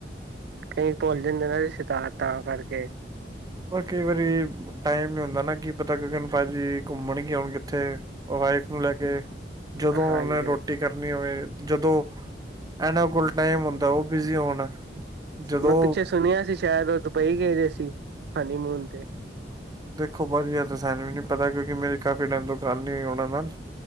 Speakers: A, on the right; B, on the right.
A: ਕਈ ਭੁੱਲ ਜਾਂਦੇ ਨਾ, ਰਿਸ਼ਤੇਦਾਰ ਤਾਂ ਕਰਕੇ
B: ਕਈ ਵਾਰੀ ਟਾਈਮ ਨੀ ਹੁੰਦਾ ਨਾ, ਕੀ ਪਤਾ ਕਿ ਭਾਜੀ ਘੁੰਮਣ ਕੀ ਆਉਣ ਕਿੱਥੇ ਵਾਈਫ ਨੂੰ ਲੈ ਕੇ ਜਦੋਂ
A: ਹਾਂਜੀ
B: ਮੈਂ ਨੇ ਰੋਟੀ ਕਰਨੀ ਹੋਵੇ ਜਦੋਂਂ ਇਹਨਾਂ ਕੋਲ ਟਾਈਮ ਹੁੰਦਾ, ਉਹ ਬਿਜੀ ਹੋਣ ਜਦੋਂ
A: ਮੈਂ, ਪਿੱਛੇ ਸੁਣਿਆ ਸੀ। ਸ਼ਾਇਦ, ਉਹ ਦੁਬਈ ਗਏ ਹੋਇ ਸੀ, ਹਨੀ ਮੂਨ ਤੇ
B: ਦੇਖੋ ਬਾਜੀ ਜ ਯਾਰ ਤਾਂ ਸਾਨੂੰ ਵੀ ਨੀ ਪਤਾ, ਕਿਉਂਕਿ ਮੇਰੀ ਕਾਫੀ ਟਾਈਮ ਤੋਂ ਗੱਲ ਨਹੀਂ ਹੋਈ ਉਹਨਾਂ ਨਾਲ